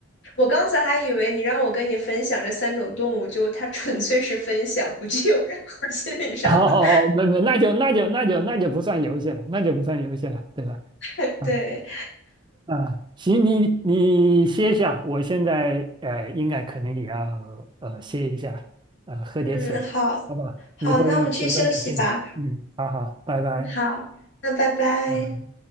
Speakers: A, on the left; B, on the right.
A: 我刚才还以为你让我跟你分享这三种动物，就它纯粹是分享，不具有任何心理上的。
B: <laughs> 哦，没没，那就那就那就那就不算游戏了，那就不算游戏了，对吧？
A: <laughs>
B: 啊
A: 对，
B: 啊，行，你你歇一下，我现在呃应该可能也要呃歇一下，呃喝点水，
A: 嗯，好，
B: 好吧？
A: 好，
B: 你会回到有兴趣嗯，
A: 那我们去休息吧。
B: 好好，拜拜，
A: 嗯，好，那拜拜。
B: 嗯。